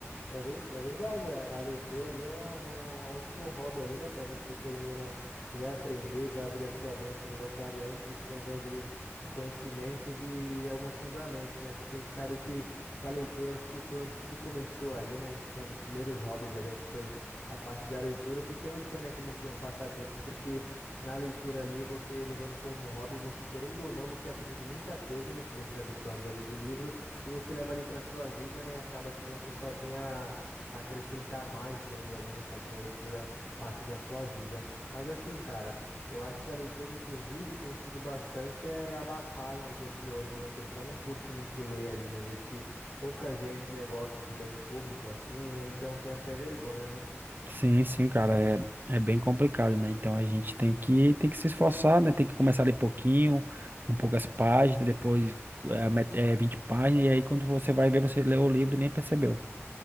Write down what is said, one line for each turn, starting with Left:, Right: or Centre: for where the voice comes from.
Left: É, vei- é verdade, a, a leitura ali é, uma, é um ótimo hobby ali, né? Para você, querendo ou não, você vai aprender, vai abrir a sua mente, ele vai clarear em questões, né, de, de conhecimentos e alguns fundamentos, né? Porque a gente sabe que, que a leitura acho que foi onde tudo começou ali, né? Acho que foi um dos primeiros hobbies ali, acho que foi a parte da leitura, porque não tinha, né, como ser um passatempo, porque na leitura ali, você levando como hobby, você querendo ou não, você aprende muita coisa, né, que você absorve ali do livro. e você leva ali para sua vida, né? Acaba que você só tem a a acrescentar mais lendo ali, né? Fazendo a leitura parte da sua vida. Mas assim, cara. Eu acho que a leitura, inclusive, tem sido bastante é, abafada nos dias de hoje, né? O pessoal não curte muito ler ali, né? Eu vejo que poucas gentes, né, gostam de ler em público assim, ou então tem até vergonha, né?
Right: Sim, sim, cara, é, é bem complicado, né? Então a gente tem que, tem que se esforçar, né? Tem que começar a ler pouquinho, com poucas páginas, depois é, met- é, 20 páginas, e aí quando você vai ver, você leu o livro e nem percebeu.